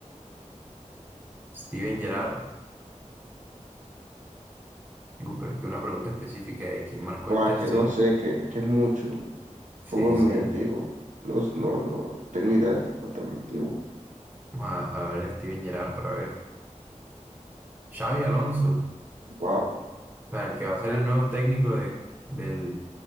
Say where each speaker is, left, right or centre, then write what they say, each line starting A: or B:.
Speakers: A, on the right; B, on the right.
A: Steven Gerrard. Uh, pero es que una pregunta específica de quién marcó
B: Buah,
A: el tercer.
B: que no sé, que, que es mucho.
A: Sí,
B: Fútbol muy
A: sí.
B: antiguo. No, no, no tengo idea del fútbol tan antiguo.
A: Vamos a, a ver Steven Gerrard para ver. Xavi Alonso,
B: Wow,
A: o sea, el que va a ser el nuevo técnico de, del,